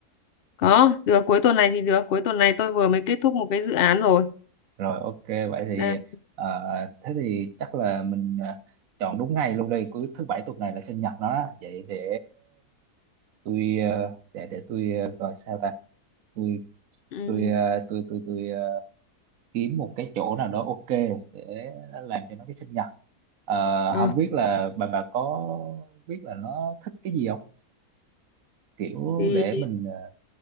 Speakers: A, on the left; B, on the right.
A: có, được cuối tuần này thì được. Cuối tuần này tôi vừa mới kết thúc một cái dự án rồi.
B: rồi ok vậy thì
A: Đang...
B: ờ, thế thì chắc là mình ờ, chọn đúng ngày luôn đây cuối thứ bảy tuần này là sinh nhật nó á. vậy để tôi ờ, để để tôi ờ, gọi sao ta tôi
A: Ừ.
B: tôi ờ, tôi tôi tôi, kiếm một cái chỗ nào đó ok để làm cho nó cái sinh nhật Ờ,
A: Ờ,
B: không biết là bà bà có biết là nó thích cái gì không kiểu
A: thì
B: để mình ờ,